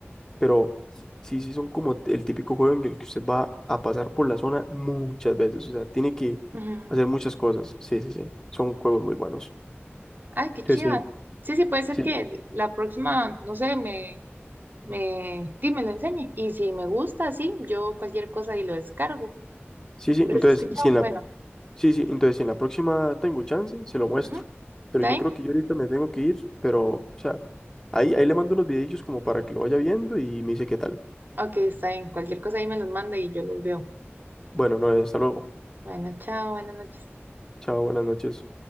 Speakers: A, on the left; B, on the right.
A: pero sí, sí son como el típico juego en el que usted va a pasar por la zona muchas veces, o sea, tiene que
B: ujú, Ujú.
A: hacer muchas cosas, sí, sí, sí, son juegos muy buenos.
B: Ay, qué
A: Entonces,
B: chiva. Sí, sí, puede ser
A: sí,
B: que
A: sí,
B: la próxima, no sé, me, me, sí, me lo enseñe. Y si me gusta, sí, yo cualquier cosa y lo descargo.
A: sí, sí,
B: Pero
A: entonces,
B: si he escuchado,
A: si en
B: bueno,
A: la, sí, sí, entonces, si en la próxima tengo chance, se lo muestro,
B: ujú,
A: pero
B: ¿Está
A: yo
B: bien?
A: creo que yo ahorita me tengo que ir, pero, o sea, ahí, ahí le mando unos videillos como para que lo vaya viendo y me dice qué tal.
B: Ok, está bien. Cualquier cosa ahí me los manda y yo los veo.
A: Bueno, no, hasta luego,
B: Bueno, chao, buenas noches.
A: chao, buenas noches.